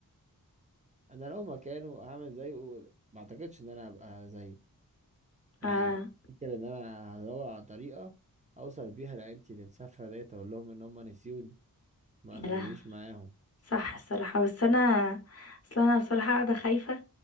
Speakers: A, on the right; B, on the left.
A: أنا لو مكانه هعمل زيه ما أعتقدش إن أنا هبقى زيه يعني
B: اه
A: فكر إن أنا هدور على طريقة أوصل بيها لعيلتي اللي مسافرة ديت أقول لهم إن هم نسيوني ما
B: يا
A: أخدونيش
B: لهوي
A: معاهم
B: صح الصراحة بس انا اصل انا بصراحة قاعدة خايفة